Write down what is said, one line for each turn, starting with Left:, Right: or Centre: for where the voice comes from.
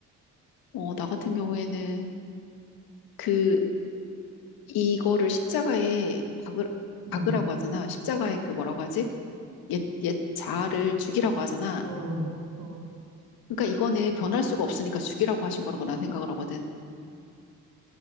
Left: 어, 나 같은 경우에는 그, 이거를 십자가에 박을,
Right: 음,
Left: 박으라고 하잖아. 십자가에 그 뭐라고 하지? 옛, 옛 자아를 죽이라고 하잖아.
Right: 음, 음,
Left: 그러니까 이거는 변할 수가 없으니까 죽이라고 하신 거라고 난 생각을 하거든.